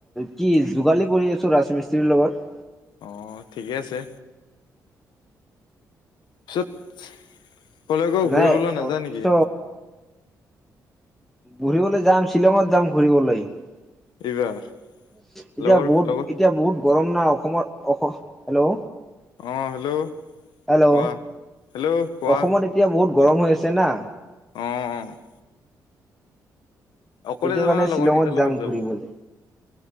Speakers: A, in the centre; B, on the left.
A: কি যোগালী কৰি আছো ৰাজমিস্ত্ৰীৰ লগত।
B: অ' ঠিকে আছে। পিছত কলৈ গৈ
A: নাই
B: ঘূৰিবলৈ নাযায় নেকি?
A: কিছ ঘুৰিবলৈ যাম শ্বিলঙত যাম ঘুৰিবলৈ। এতিয়া
B: এইবাৰ লগৰ
A: বহুত
B: লগৰ
A: এতিয়া বহুত গৰম নাই অসমত। অ' হেল্ল'।
B: অ হেল্ল'
A: হেল্ল'
B: কোৱা হেল্ল' কোৱা
A: অসমত এতিয়া বহুত গৰম হৈ আছে না
B: অ', অ'। অকলে
A: এইটো
B: যাবা
A: কাৰণে
B: না লগৰ
A: শ্বিলঙত
B: কেইটাৰ লগত
A: যাম
B: যাব
A: ঘূৰিবলৈ,